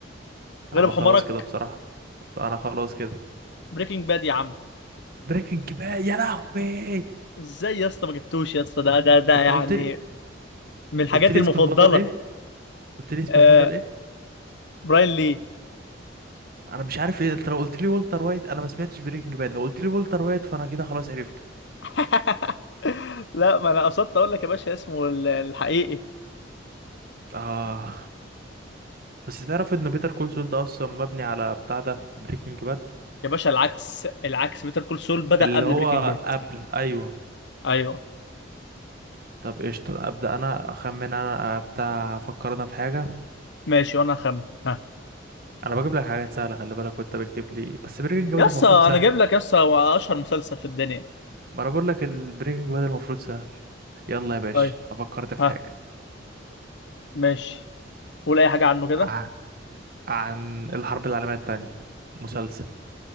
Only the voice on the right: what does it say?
لا
ما
خلاص كده بصراحة انا خلاص كده
بريكنج باد يا لهوي
انت
قلت لي
قلت لي
اسم البطل ايه قلت لي اسم
البطل ايه
انا مش عارف ايه انت لو قلت لي والتر وايت انا ما سمعتش بريكنج باد لو قلت لي والتر وايت فانا كده خلاص عرفته
اه بس تعرف ان بيتر كول سول ده اصلا مبني على بتاع ده بريكنج باد
اللي
هو
قبل أيوه
طب قشطة أبدأ أنا أخمن أنا بتاع أفكر أنا في حاجة
أنا بجيب لك حاجات سهلة خلي بالك وأنت بتجيب لي بس بريكنج باد
المفروض
سهل
ما أنا بقول لك البريكنج باد المفروض سهل يلا يا باشا
أفكرت في
حاجة
ع- عن الحرب العالمية التانية مسلسل